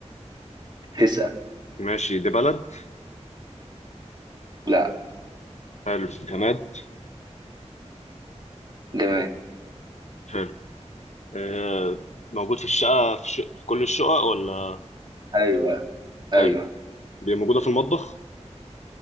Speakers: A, on the right; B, on the left.
A: اسال
B: ماشي دي بلد
A: لا
B: حلو جماد
A: جمال
B: حلو آه، موجود في الشقه في, الش... في كل الشقق ولا
A: ايوه ايوه
B: حلو دي موجوده في المطبخ